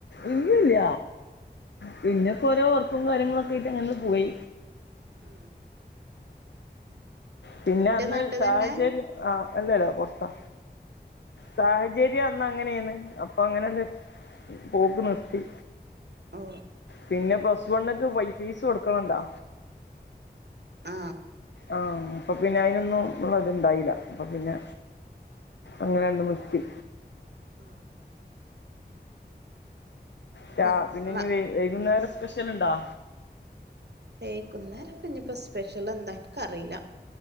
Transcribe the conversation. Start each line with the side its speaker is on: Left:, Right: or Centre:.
Left: ഇല്ലല്ല. പിന്നക്കെ ഓരോ വർക്കും കാര്യങ്ങള ഒക്കെ ഇട്ട് അങ്ങനെ പോയി.
Right: ഉം.
Left: പിന്നെ അന്ന്
Right: നാട്ട്
Left: സാഹചര്യം.
Right: തന്നെ
Left: ആ, അല്ലല്ല പൊർത്താ. സാഹചര്യം അന്ന് അങ്ങനെണ്. അപ്പൊ അങ്ങനട് പോക്ക് ന്നിർത്തി.
Right: ഓ
Left: പിന്നെ പ്ലസ് വണ്ക്ക് പോയി. ‌ ഫീസ് കൊട്ക്ക്ണോ ലോ?
Right: ആ.
Left: ആ, അപ്പൊ പിന്നെ അയ്നൊന്നുംള്ള ഇത്ണ്ടായില, അപ്പൊ പിന്നെ അങ്ങനെണ്ട് നിർത്തി.
Right: അ.
Left: റ്റാ
Right: മ
Left: പിന്നെ ഇഞ്ഞി
Right: മ
Left: വൈകുന്നേര സ്പെഷലുണ്ടോ?
Right: വൈകുന്നേരപ്പഞ്ഞിപ്പോ സ്പെഷൽ എന്താ ഇക്ക് അറീല.